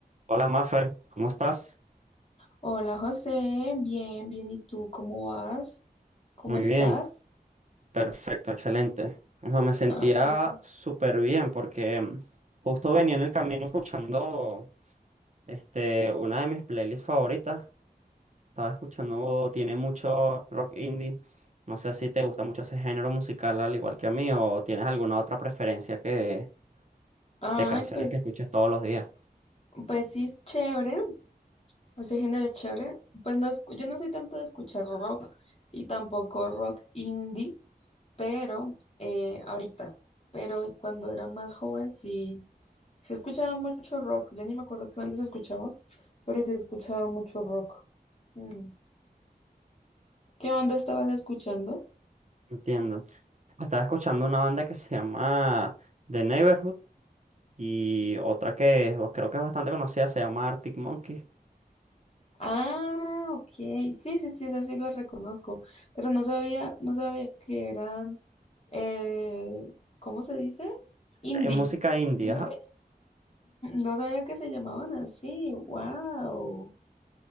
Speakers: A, on the right; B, on the left.
A: Hola Mafer, ¿cómo estás?
B: Hola José, bien, bien, ¿y tú cómo vas? ¿Cómo
A: Muy
B: estás?
A: bien, perfecto, excelente. No, me sentía
B: Ay, qué bueno.
A: súper bien porque mm, justo venía en el camino escuchando este, una de mis playlists favoritas. Estaba escuchando, tiene mucho rock indie. No sé si te gusta mucho ese género musical al igual que a mí o tienes alguna otra preferencia que,
B: Ay,
A: de canciones
B: pues,
A: que escuches todos los días.
B: pues sí es chévere, ese género es chévere. Pues no, escu- yo no soy tanto de escuchar rock y tampoco rock indie, pero eh, ahorita, pero cuando era más joven sí, sí escuchaba mucho rock, ya ni me acuerdo qué bandas escuchaba, pero sí escuchaba mucho rock. Mm. ¿Qué banda estabas escuchando?
A: Entiendo. Estaba escuchando una banda que se llama The Neighborhood y otra que es- creo que es bastante conocida, se llama Arctic Monkeys.
B: Ah, ok. Sí, sí, sí, esas sí las reconozco, pero no sabía, no sabía que eran, eh, ¿cómo se dice? Indie.
A: Es música indie,
B: No sabía,
A: ajá.
B: no sabía que se llamaban así. Wow.